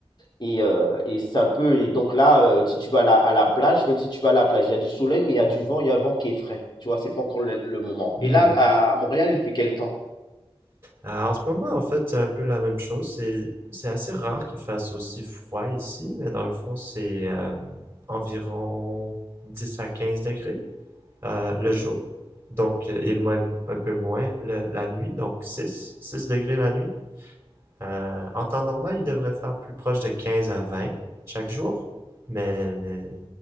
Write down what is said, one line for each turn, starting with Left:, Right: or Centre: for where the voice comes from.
Left: et heu et ça peut et donc là, heu, si tu vas à la à la plage, même si tu vas à la plage, il y a du soleil, mais il y a du vent, il y a un vent qui est frais, tu vois? C'est pas encore le le moment
Right: oui.
Left: et là, à à Montréal, il fait quel temps?
Right: Ah, en ce moment, en fait, c'est un peu la même chose. C'est, c'est assez rare qu'il fasse aussi froid ici, mais dans le fond, c'est euh, environ 10 à 15 degrés euh, le jour. Donc, euh, et même un peu moins le- la nuit, donc 6, 6 degrés la nuit. Euh, en temps normal, il devrait faire plus proche de 15 à 20 chaque jour. Mais, mais,